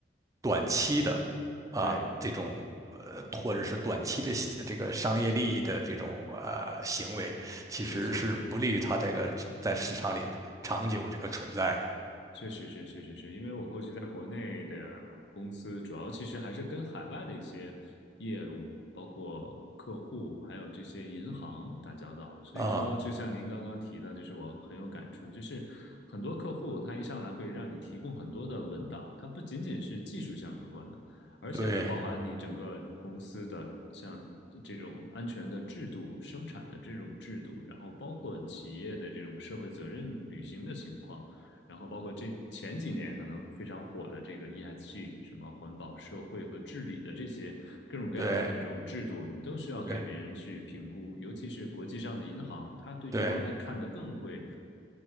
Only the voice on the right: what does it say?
短期的啊这种呃或者是短期的这个商业利益的这种呃行为，
其实是不利于它这个在市场里长久这个存在的
啊，
对，
对
对
对